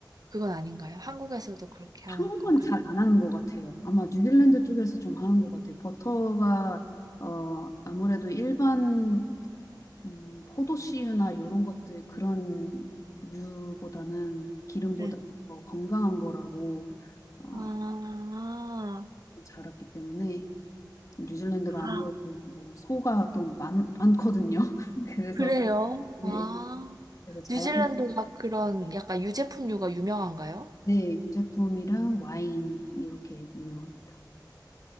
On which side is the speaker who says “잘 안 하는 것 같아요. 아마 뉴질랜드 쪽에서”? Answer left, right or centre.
Left